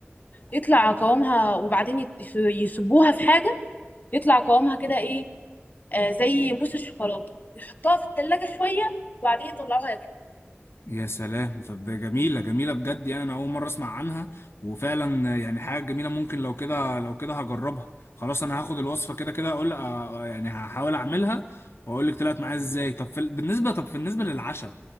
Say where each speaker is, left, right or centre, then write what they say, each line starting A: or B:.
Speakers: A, on the left (about 45°); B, on the left (about 70°).
A: يطلع قوامها وبعدين يت- يصبوها في حاجة يطلع قوامها كده إيه آه، زي موس الشوكولاتة يحطوها في التلاجة شوية وبعدين يطلعوها
B: يا سلام طب ده جميلة جميلة بجد يعني أنا أول مرة أسمع عنها وفعلا يعني حاجة جميلة ممكن لو كده لو كده هجربها خلاص أنا هاخد الوصفة كده كده أقول آه، آه، يعني هحاول أعملها وأقول لك طلعت معايا إزاي طب في ال- بالنسبة طب بالنسبة للعشاء